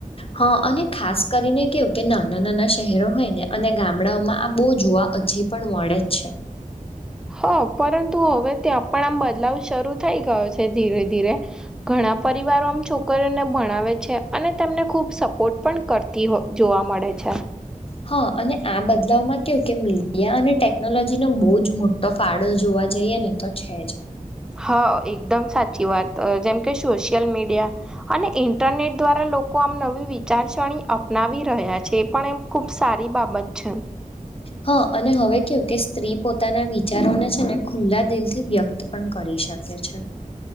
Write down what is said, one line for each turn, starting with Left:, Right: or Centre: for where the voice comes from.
Left: હ અને ખાસ કરીને કેવું કે નાના નાના શહેરો હોય ને અને ગામડાઓમાં આ બો જોવા હજી પણ મળે જ છે.
Centre: હા પરંતુ હવે ત્યાં પણ આમ બદલાવ શરૂ થઈ ગયો છે, ધીરે ધીરે ઘ ણા પરિવારો આમ છોકરીઓને ભણાવે છે, અને તેમને ખૂબ સપોર્ટ પણ કરતી હો જોવા મ ળે છે.
Left: હ અને આ બદલાવમાં કેવું કે મીડિયા અને ટેકનોલોજીનો બો જ મોટો ફાળો જો વા જઈએ ને તો છે, જ
Centre: હા એકદમ સાચી વાત જેમ કે સો યલમીડયા અને ઇન્ટરનેટ દ્વારા લોકો આમ નવી વિચારસર અપનાવી રહ્યા છે, એ પણ એમ ખુબ સારી બાબત છે.
Left: હ અને હવે કેવું કે સ્ત્રી પોતાના વિચારોને છે, ને ખુલ્લા દિલથી વ્યક્ત પણ કરી શ કે છે.